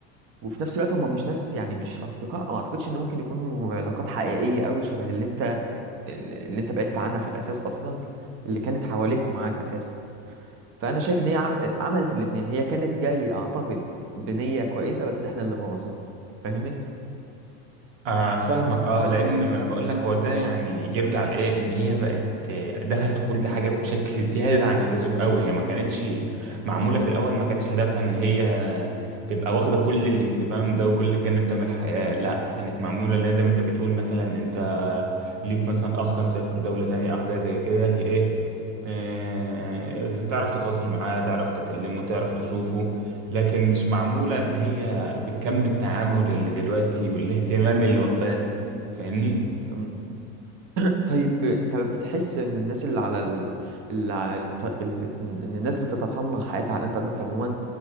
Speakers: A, on the right (about 35°); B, on the right (about 85°).
A: وفي نفس الوقت هم مش ناس يعني مش اصدقاء ما اعتقدش ان ممكن يكونوا علاقات حقيقيه قوي شبه اللي انت اللي انت بعدت عنها في الاساس اصلا اللي كانت حواليك ومعاك اساسا فانا شايف ان هي عم... عملت الاتنين هي كانت جايه اعتقد بنيه كويسه بس احنا اللي بوظناها فاهمني
B: آه فاهمك اه لان ما انا بقول لك هو ده يعني يرجع لايه ان هي بقت آه، دخلت في كل حاجه بشكل زياده عن اللزوم قوي هي ما كانتش معموله في الاول ما كانش هدفها ان هي تبقى واخده كل الاهتمام ده وكل الجانب ده من الحياه لا كانت معموله لان زي ما انت بتقول مثلا انت ليك مثلا اخ مسافر دولة تانية او حاجة زي كده هي ايه آه، تعرف تتواصل معاه تعرف تكلمه تعرف تشوفه لكن مش معمولة ان هي بكم التعامل اللي دلوقتي والاهتمام اللي واخداه فاهمني
A: أم. طيب انت بتحس ان الناس اللي على ال... اللي على... الط- اللي... ان الناس بتتصنع حياتها على الانترنت عموما